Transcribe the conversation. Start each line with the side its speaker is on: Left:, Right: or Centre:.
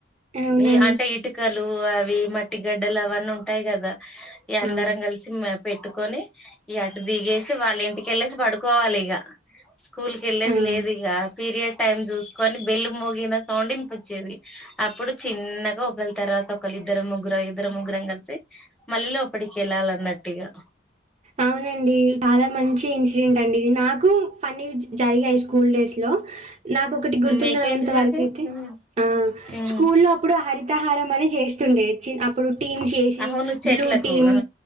Right: అవునా
Centre: ఏ అంటే ఇటుక లు అవి మట్టి గడ్డలు అవన్నీ ఉంటాయి కదా ఈ అందరం
Right: అవునా
Centre: కలిసి మే పెట్టుకొని ఈ అటు దిగేసి వాళ్ళ ఇంటికెళ్ళేసి పడుకోవాలి. ఇగ స్కూల్ కి వెళ్ళేది
Right: ఆ
Centre: లేదు. ఇగ పీరియడ్ టైమ్ చూసుకొని బెల్లు మోగిన సౌండ్ ఇంపొచ్చేది. అప్పుడు చిన్నగా ఒకల్లి తర్వాత ఒకల్లు ఇద్దరు ముగ్గురం, ఇద్దరు ముగ్గురం కలిసి మళ్ళీ ఒకటికిళ్ళాలి అన్నట్టిగా
Right: అవునండి చాలా మంచి ఇన్సిడెంట్ అండి ఇది నాకు ఫన్నీ విజ్ జరిగాయి స్కూల్ డేస్ లో నాకొ ఒకటి గుర్తున్నంత
Centre: మీకేంటి
Right: వరకు
Centre: జరిగాయి
Right: అయితే, ఆ
Centre: ఉమ్
Right: స్కూల్లో అప్పుడు హరితహారం అనే చేస్తుండే, చీ అప్పుడు టీమ్ చేసి
Centre: అవును చెట్లకు
Right: బ్లూ టీమ్
Centre: ఆ